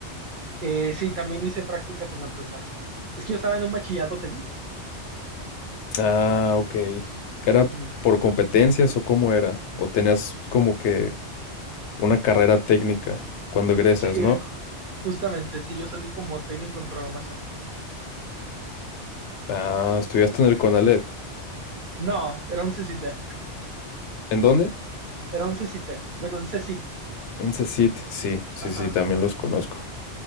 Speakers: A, on the right (about 50°); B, on the left (about 75°).
A: Eh, sí, también hice prácticas en la prepa. Es que yo estaba en un bachillerato técnico.
B: Ah, ok. ¿Era
A: Ujú.
B: por competencias o cómo era? ¿O tenías como que una carrera técnica cuando egresas,
A: Sí, ju-
B: ¿no?
A: justamente, sí, yo salí como técnico en programación.
B: Ah, estudiaste en el CONALEP.
A: No, era un CCT,
B: ¿En dónde?
A: era un CCT, bueno, un CCT,
B: Un CECIT, sí, sí,
A: ajá.
B: sí, también los conozco.